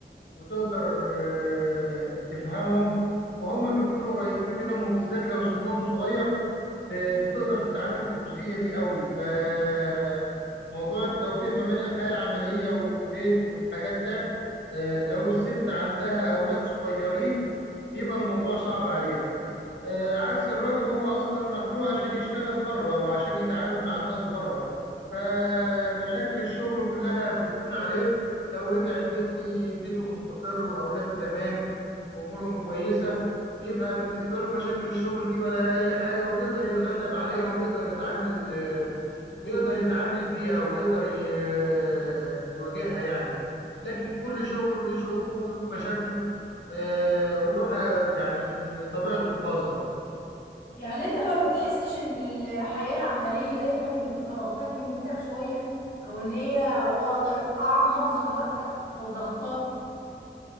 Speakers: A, on the left (about 80°); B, on the left (about 55°).
A: وتقدر آه، تفهمهم وهم بيكونوا قريبين منهم وبالذات لو سنهم صغير ب- بتقدر تتعامل في الجزئية دي قوي فموضوع التوفيق ما بين الحياة العملية والبيت والحاجات ده آه، لو الست عندها أولاد صغيرين بيبقى الموضوع صعب عليها آه، عكس الراجل هو اصلا مخلوق عشان يشتغل بره وعشان يتعامل مع الناس بره فمشاكل الشغل كلها بتهون عليه لو رجع البيت ليه بيته مستقر واولاده تمام وامورهم كويسه بيبقى بالنسبه له مشاكل الشغل دي ولا اي حاجه وبيقدر يتغلب عليها وبيقدر يتعامل آه، ويقدر يتعامل بيها ويقدر ي- آه، يواجهها يعني لكن كل شغله له ظروفه له مشاكله آه، وله حاجة يعني طبيعته الخاصة
B: يعني انت ما بتحسش ان الحياه العمليه دايما بتبقى واخداك من بيتك شويه او ان هي واخده أع- معظم وقتك او ضغطاه